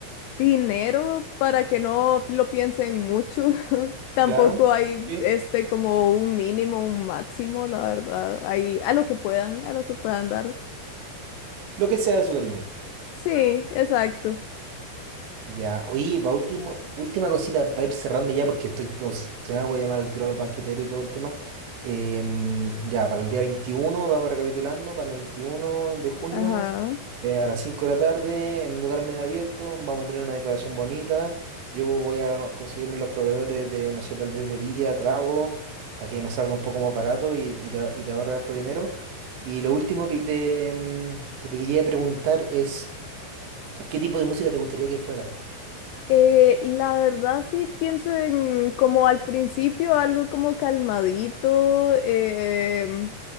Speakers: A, on the left (about 85°); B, on the right (about 70°).
A: dinero para que no lo piensen mucho. <laughs> Tampoco
B: Claro.
A: hay
B: Sí.
A: este como un mínimo, un máximo, la verdad. Hay a lo que puedan, a lo que puedan dar.
B: Lo que sea de su cariño.
A: Sí, exacto.
B: Ya, oye, pa último, última cosita para ir cerrando ya, porque estoy emocionado, voy a llamar al tiro a los banqueteros y todo el tema. Em, ya, para el día 21 vamos recapitulando, para el 21 de junio,
A: Ajá.
B: eh, a las 5 de la tarde, en un lugar medio abierto, vamos a tener una decoración bonita. Yo voy a conseguirme los proveedores de, no sé, tal vez bebida, trago, para que nos salga un poco más barato y, y te, y te ahorre harto dinero. Y lo último que te, em, que te quería preguntar es, ¿qué tipo de música te gustaría que fuera?
A: Eh, la verdad sí pienso en como al principio algo como calmadito, em,